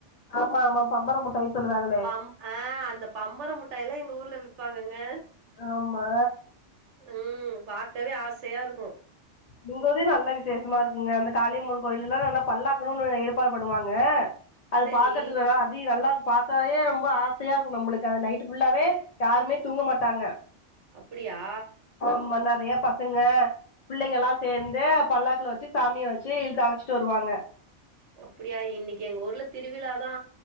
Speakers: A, on the left; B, on the right.
A: ஆமா ஆமா பம்பர முட்டாய் சொல்லுவாங்களே
B: பம் ஆ அந்த பம்பர முட்டாயலா எங்க ஊர்ல விப்பாங்கங்க
A: ஆமா
B: ம் பாக்கவே ஆசையா இருக்கு
A: எங் ஊர்ல்யு நல்லா விசேஷமா இருக்குங்க அந்த காளியம்மன் கோய்லலா நல்லா பல்லாக்குணு ஒன்னு ஏற்பாடு பண்ணுவாங்க அது
B: சேரி
A: பாக்கர்துக்குலா அதி நல்லா பாக்கவயே ரொம்ப ஆசையா இருக்கு நம்முலுக்கு அந்த நைட்டு ஃபுல்லாவே யாருமே தூங்க மாட்டாங்க
B: அப்புடியா
A: ஆமா நெறையா பசங்க பிள்ளைங்கலா சேர்ந்து பல்லாக்குல வச்சு சாமிய வச்சு இழுத்து அலச்சிட்டு வருவாங்க
B: அப்பிடியா இன்னிக்கு எங்க ஊர்ல திருவிழாதா